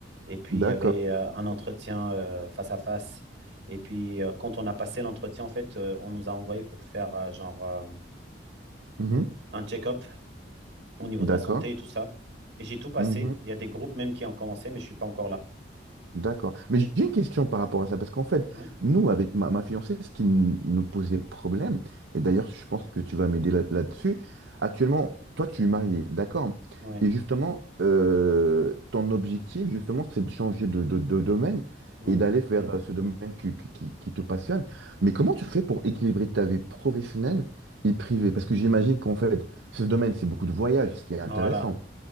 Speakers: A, on the right; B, on the right.
A: et puis
B: D'accord.
A: il y avait euh, un entretien euh, face à face. Et puis euh, quand on a passé l'entretien, en fait, euh, on nous a envoyé pour faire euh, genre euh,
B: Mhm.
A: un check-up au niveau
B: D'accord.
A: de la santé et tout ça. Et j'ai tout passé.
B: Mhm.
A: Il y a des groupes même qui ont commencé, mais je suis pas encore là.
B: D'accord. Mais j'ai une question par rapport à ça, parce qu'en fait,
A: Oui,
B: nous, avec ma, ma fiancée, ce qui n- nous posait problème, et d'ailleurs, je pense que tu vas m'aider là- là-dessus, actuellement, toi, tu es marié, d'accord?
A: oui.
B: Et justement, euh, ton objectif, justement, c'est de changer de, de- de domaine
A: Mhm.
B: et d'aller vers euh, ce domaine qui, qui- qui- qui te passionne. Mais comment tu fais pour équilibrer ta vie professionnelle et privée? Parce que j'imagine qu'en fait, ce domaine, c'est beaucoup de voyages, ce qui est intéressant.
A: Voilà.